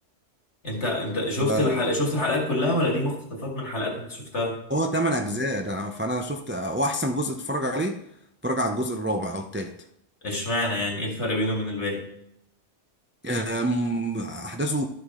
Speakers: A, on the left; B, on the right.
A: انت انت
B: فهو
A: شفت الحلقه شفت الحلقات كلها ولا دي مقتطفات من حلقات انت شفتها
B: تمن اجزاء ده فانا شفت آه، واحسن جزء اتفرج عليه اتفرج على الجزء الرابع او الثالث
A: اشمعنى يعني ايه الفرق بينه وبين الباقي
B: أم، احداثه